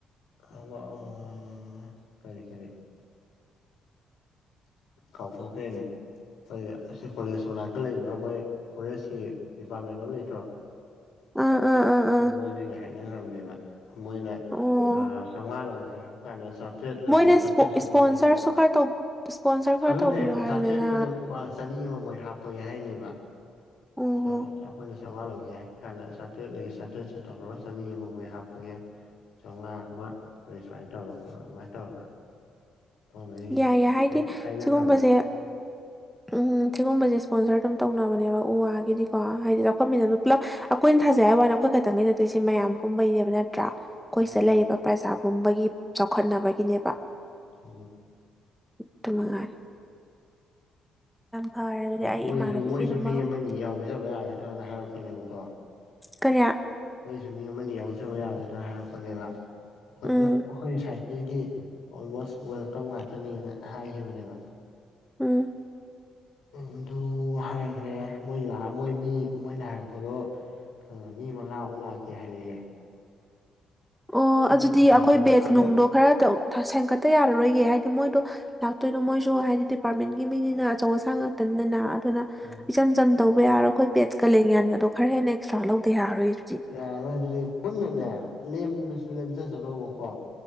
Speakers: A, on the left; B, in the centre.
A: ꯑ ꯑ ꯈꯔꯤ ꯈꯔꯤ ꯍꯥꯎ ꯊꯧ ꯍ ꯑꯩꯣꯏ ꯑꯁꯤ ꯀꯣꯂꯦꯖ ꯃꯅꯥꯛꯇ ꯂꯩꯕ ꯃꯣꯏ ꯐꯣꯔꯦꯁꯀꯤ ꯗꯤꯄꯥꯔꯠꯃꯦꯟ ꯑꯃ ꯂꯩꯇ꯭ꯔꯣ
B: ꯑꯥ ꯑꯥ ꯑꯥ ꯑꯥ
A: ꯃꯣꯏꯅꯁꯤꯡꯁ ꯍꯥꯏꯅꯈ꯭ꯔꯕꯅꯦꯕ ꯃꯣꯏꯅ
B: ꯑꯣ
A: ꯆꯥꯝꯃꯉꯥ ꯂꯧꯒꯦ ꯍꯥꯏ ꯍꯅ ꯁꯥꯊꯦꯠ ꯂꯩꯌꯦ
B: ꯃꯣꯏꯅ
A: ꯁꯥꯊꯦꯠꯁꯦ
B: ꯏꯁꯄꯣꯟꯁꯔꯁꯨ
A: ꯄꯨꯂꯞ ꯂꯧ
B: ꯈꯔ ꯇꯧ ꯏꯁꯄꯣꯟꯁꯔ ꯈꯔ
A: ꯑꯂꯨꯅꯦ
B: ꯇꯧꯕꯤꯌꯨ ꯍꯥꯏꯕꯗꯅ
A: ꯁꯥ ꯇꯨ ꯃꯥ ꯆꯅꯤ ꯑꯃ ꯃꯣꯏ ꯍꯥꯞꯄꯒꯤ ꯍꯥꯏꯅꯦꯕ
B: ꯑꯣ
A: ꯑꯩꯈꯣꯏꯅ ꯆꯥꯝꯃꯉꯥ ꯂꯧꯒꯦ ꯍꯥꯏ ꯀꯥꯟꯗ ꯆꯥꯇ꯭ꯔꯦꯠ ꯂꯩ ꯆꯥꯇ꯭ꯔꯦꯠ ꯇꯧꯔꯒ ꯆꯅꯤ ꯑꯃ ꯃꯣꯏ ꯍꯥꯞꯄꯒꯦ ꯆꯥꯝꯉꯥ ꯑꯃ ꯑ ꯁꯨꯃꯥꯏꯅ ꯇꯧꯔ ꯈꯣꯠꯂꯣ ꯑꯗꯨꯃꯥꯏꯅ ꯇꯧꯔꯒ ꯇꯧꯅꯔꯤꯅꯤ
B: ꯌꯥꯏꯌꯦꯦ ꯍꯥꯏꯗꯤ
A: ꯍꯥꯏꯅꯈ꯭ꯔꯕꯅꯦ
B: ꯁꯤꯒꯨꯝꯕꯁꯦ ꯎꯝ ꯁꯤꯒꯨꯝꯕꯁꯦ ꯏꯁꯄꯣꯟꯁꯔ ꯑꯗꯨꯝ ꯇꯧꯅꯕꯅꯦꯕ ꯎ ꯋꯥꯒꯤꯗꯤꯀꯣ ꯍꯥꯏꯗꯤ ꯆꯥꯎꯈꯠꯃꯤꯟꯅ ꯑꯗꯨ ꯄꯨꯂꯞ ꯀꯨꯏꯅ ꯊꯥꯖꯩ ꯍꯥꯏꯕ ꯋꯥꯅꯤ ꯑꯩꯈꯣꯏ ꯈꯛꯇꯪꯒꯤ ꯅꯠꯇꯦ ꯁꯤ ꯃꯌꯥꯝ ꯄꯨꯝꯕꯩꯅꯦꯕ ꯅꯠꯇ꯭ꯔꯥ ꯑꯩꯈꯣꯏ
A: ꯎꯝ
B: ꯁꯤꯗ ꯂꯩꯔꯤꯕ ꯄ꯭ꯔꯖꯥ ꯄꯨꯝꯕꯒꯤ ꯆꯥꯎꯈꯠꯅꯕꯒꯤꯅꯦꯕ
A: ꯑꯣꯝ
B: ꯎꯠꯇꯃꯉꯥꯏ ꯐꯔꯦ ꯑꯗꯨꯗꯤ ꯑꯩ
A: ꯃꯣꯏꯁꯨ
B: ꯏꯃꯥꯟꯅꯕꯤꯒꯤ
A: ꯃꯣꯏꯁꯨ
B: ꯑꯗꯨꯝ
A: ꯃꯤ
B: ꯃꯔꯨꯞ
A: ꯑꯃꯅꯤ ꯌꯥꯎꯗꯕ ꯌꯥꯒꯗ꯭ꯔꯅ ꯍꯥꯏꯔꯛꯄꯅꯦꯕꯀꯣ
B: ꯀꯔꯤꯌꯥ
A: ꯑꯩꯣꯏꯁꯨ ꯃꯤ ꯑꯃꯅꯤ ꯌꯥꯎꯖꯕ ꯌꯥꯔꯣꯏꯗ꯭ꯔꯥ ꯍꯥꯏꯔꯛꯄꯅꯦꯕꯣꯏꯣꯏ
B: ꯎꯝ
A: ꯁ ꯑꯗꯤ ꯑꯣꯜꯃꯣꯁ ꯋꯦꯜꯀꯝ ꯉꯥꯛꯇꯅꯦꯅ ꯍꯥꯏꯈꯤꯕꯅꯦꯕ
B: ꯎꯝ
A: ꯑꯗꯨ ꯍꯥꯏꯈ꯭ꯔꯦ ꯃꯣꯏ ꯃꯣꯏ ꯃꯤ ꯃꯣꯏꯅ ꯍꯥꯏꯔꯛꯄꯗꯣ ꯑ ꯃꯤ ꯃꯉꯥꯃꯨꯛ ꯂꯥꯛꯀꯦ ꯍꯥꯏꯂꯛꯑꯦ
B: ꯑꯣ
A: ꯃꯣꯏꯒꯤ
B: ꯑꯗꯨꯗꯤ
A: ꯁꯥꯏꯠꯇꯩꯁꯨ
B: ꯑꯩꯈꯣꯏ ꯕꯦꯖ
A: ꯑꯗꯣ
B: ꯅꯨꯡꯗꯣ ꯈꯔ ꯁꯦꯝꯒꯠꯇ ꯌꯥꯔꯔꯣꯏꯒꯦ ꯍꯥꯏꯗꯤ ꯃꯣꯏꯗꯣ ꯂꯥꯛꯇꯣꯏꯅꯣ ꯃꯣꯏꯁꯨ ꯍꯥꯏꯗꯤ ꯗꯤꯄꯥꯔꯠꯃꯦꯟꯒꯤ ꯃꯤꯅꯤꯅ ꯑꯆꯧ ꯑꯁꯥꯡ ꯉꯥꯛꯇꯅꯤꯗꯅ ꯑꯗꯨꯅ
A: ꯎꯝ
B: ꯏꯆꯝ ꯆꯝ ꯇꯧꯕ ꯌꯥꯔꯣꯏ ꯑꯩꯈꯣꯏ ꯕꯦꯠꯀ ꯂꯦꯡꯌꯥꯟꯒꯗꯣ ꯈꯔ ꯍꯦꯟꯅ ꯑꯦꯛꯁꯇ꯭ꯔꯥ ꯂꯧꯧꯕ ꯌꯥꯔꯣꯏ ꯍꯧꯖꯤꯛ
A: ꯌꯥꯔꯣꯏ ꯑꯗꯨꯗꯤ ꯄꯨꯟꯅꯅꯦ ꯂꯦꯝꯃꯁꯨ ꯂꯦꯝꯖꯁꯅꯧꯕꯀꯣ